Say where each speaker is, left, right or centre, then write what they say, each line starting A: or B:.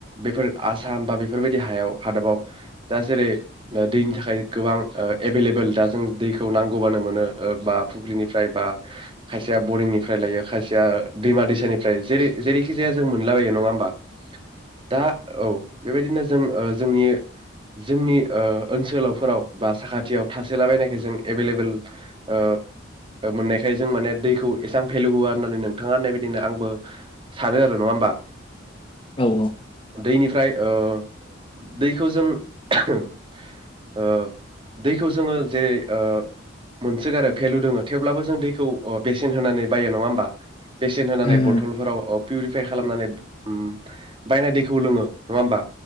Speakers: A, on the right (about 25°); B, on the left (about 25°).
A: बेफोर आसाम बा बेफोरबायदि हायाव हादाबाव दा जेरै दैनि थाखाय गोबां ओ एभेलेबल दा जों दैखौ नांगौबानो मोनो ओ बा फुख्रिनिफ्राय बा खायसेया बरिं निफ्राय लायो खायसेया दैमा दैस फ्राय जेरै जेरैखि जाया जों मोनलाबायो नङा ओमबा? दा औ बेबायदिनो जों ओ जोंनि जोंनि ओ ओनसोलावफोराव बा साखाथियाव थासोला बायनायखाय जों एभेलेबेल ओ मोननायखाय जों माने दैखौ एसेबां भेलु होआा होननानै नोंथांङा होननाय बायद बिदिनो आंबो सानो आरो नङा ओमबा?
B: औ औ
A: दैनिफ्राय ओ दैखौ जों ओ दैखौ जों जे ओ मोनसोगारो भेलु दोंङो थेवब्लाबो जों दैखौ ओ बेसेन होनानै बायो नङा ओमबा बेसेन होनानै
B: उम
A: बथलफोराव अफ पिउरिफाय खालामनानै उम बायनाय दैखौ लोंङो नङा ओमबा